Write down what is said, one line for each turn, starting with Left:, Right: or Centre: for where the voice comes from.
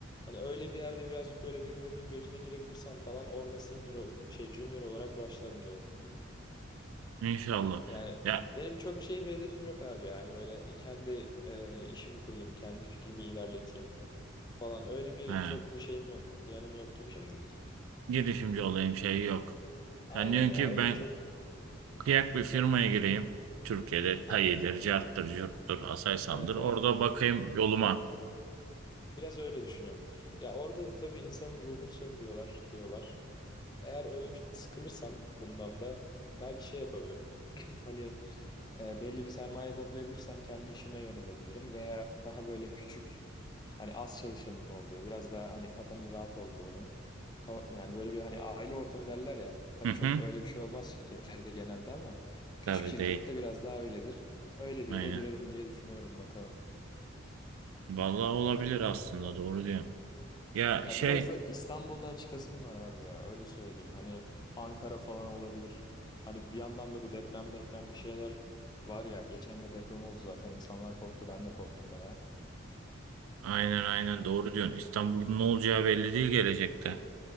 Left: Hani öyle bir yerde birazcık böyle birilerinin gözüne girebilirsem falan orada senior ol- şey junior olarak başlarım diyorum.
Right: İnşallah.
Left: Yani
Right: Ya
Left: benim çok şey bir hedefim yok abi yani böyle e, kendi e, işimi kurayım, kendi fikrimi ilerleteyim falan öyle bir
Right: he,
Left: çok bir şeyim yok, planım yok gibi şimdilik.
Right: girişimci olayım şeyi yok.
Left: Aynen
Right: Sen diyorsun
Left: ya
Right: ki
Left: öyle
Right: ben
Left: çok
Right: kıyak bir firmaya gireyim. Türkiye'de Tayi'dir,
Left: Aynen.
Right: Cart'tır, Curt'tur, Aselsan'dır.
Left: Evet
Right: Orada
Left: evet.
Right: bakayım yoluma.
Left: Biraz öyle düşünüyorum. Ya orada da tabii insanın ruhunu sömürüyorlar diyorlar. Eğer öyle bir sıkılırsam bundan da belki şey yapabilirim. <clears throat> Hani e, belli bir sermaye toplayabilirsem kendi işime yönelebilirim veya daha böyle küçük hani az çalışanın olduğu biraz daha hani kafanın rahat olduğunu ka- yani böyle bir hani aile ortamı derler ya tabii
Right: Hı hı.
Left: çok öyle bir şey olmaz şirketlerde genelde ama küçük
Right: Tabii
Left: şirkette
Right: değil.
Left: biraz daha öyledir. Öyle bir
Right: Aynen.
Left: yere girerim diye düşünüyorum bakalım.
Right: Vallahi olabilir aslında doğru diyorsun. Ya
Left: Ya
Right: şey
Left: biraz da İstanbul'dan çıkasım var abi ya öyle söyleyeyim. Hani Ankara falan olabilir. Hani bir yandan da bu deprem meprem bir şeyler var ya. Geçen de deprem oldu zaten insanlar korktu ben de korktum baya.
Right: aynen aynen doğru diyorsun. İstanbul'un ne olacağı belli değil gelecekte.
Left: Hı.